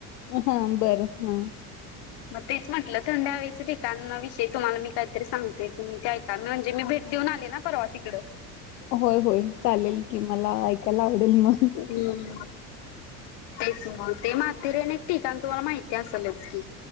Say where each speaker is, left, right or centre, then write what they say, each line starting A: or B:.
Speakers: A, on the left (about 85°); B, on the left (about 60°).
A: हा बरं हा.
B: मग तेच म्हटलं थंड हवेचा ठिकाणा विषयी तुम्हाला मी काहीतरी सांगते तुम्ही ते ऐक ''--'' हा म्हणजे मी भेट देऊन आले ना परवा तिकड.
A: होय-होय चालेल की मला ऐकायला आवडेल मग.
B: हम्म तेच मग ते माथेरने एक ठिकाण तुम्हाला माहिती असेलच की.